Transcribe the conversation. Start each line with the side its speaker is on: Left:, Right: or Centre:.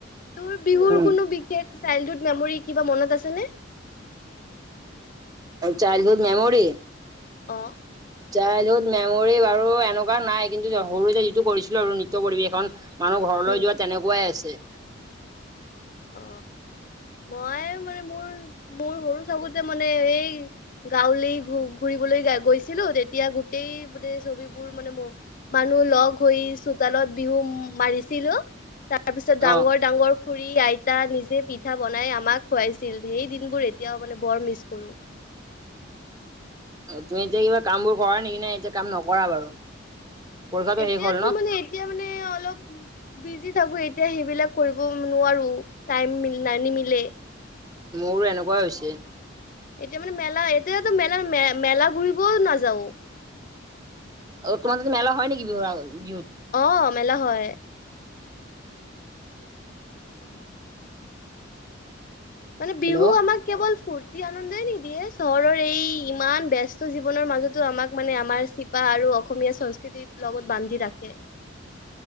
Left: তোৰ বিহুৰ
Right: উম
Left: কোনো বিশেষ চাইল্ডত কিবা মেমৰী কিবা মনত আছে নে?
Right: Childhood memory.
Left: অ।
Right: চাইল্ডহুড মেমৰি বাৰু এনেকুৱা নাই কিন্তু সৰুতে যিটো কৰিছিলোঁ আৰু নিত্য পৰিৱেশন। মানুহ ঘৰলৈ
Left: উম
Right: যোৱা তেনেকুৱাই আছে।
Left: অ। মই মানে মোৰ মোৰ সৰু থাকোঁতেই মানে এই গাঁৱলী ঘ ঘূৰি। গৈছিলোঁ তেতিয়া গোটেই মান ছবিবোৰ মানে মানুহ লগ হৈ চোতালত। বিহু মাৰিছিলোঁ তাৰ পিছত ডাঙৰ
Right: অ
Left: ডাঙৰ খুৰী আইতা নিজে পি। পিঠা বনাই আমাক খোৱাইছিল সেই দিনবোৰ এতিয়াওঁ মানে বৰ মিছ কৰোঁ।
Right: অ তুমি এতিয়া কিবা কাম বোৰ কৰা নেকি নেএতিয়া কাম নকৰা বাৰু? পৰীক্ষাটো
Left: এতিয়ো
Right: শেষ হ'ল ন
Left: মানে এতিয়া মানে অলপ বিজি থাকোঁ। এতিয়া সেইবিলাক কৰিব নোৱাৰোঁ টাইম নি নিমিলে।
Right: মোৰো এনেকুৱা হৈছে।
Left: এতিয়া মানে মেলা এতিয়াতো মেলা মেলা ঘূৰিবও নাযাওঁ।
Right: অ তোমালোকৰ মেলা হয় নেকি বিহু বিহুত।
Left: অ মেলা হয়। মানে বিহু
Right: হেল্ল'
Left: আমাক কেৱল ফুৰ্তি। আনন্দে নিদিয়ে চহৰৰ এই ইমান ব্যস্ত জীৱনৰ মাজতো আমাক মানে আমাৰ চিপা আৰু। অসমীয়া সংস্কৃতিৰ লগত বান্ধি ৰাখে।